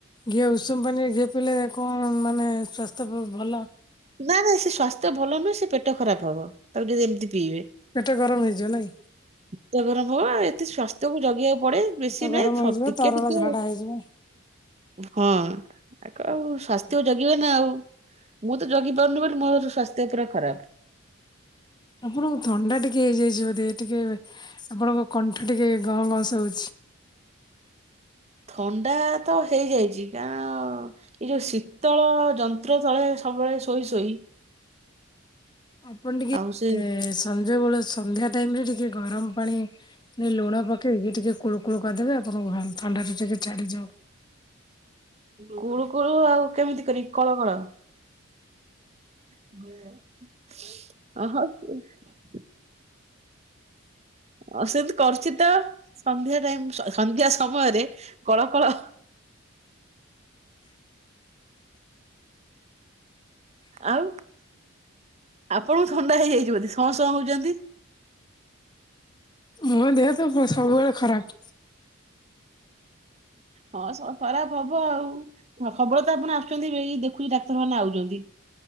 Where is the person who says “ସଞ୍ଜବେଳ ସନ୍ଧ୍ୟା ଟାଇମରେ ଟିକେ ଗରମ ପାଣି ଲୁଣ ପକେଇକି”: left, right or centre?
Left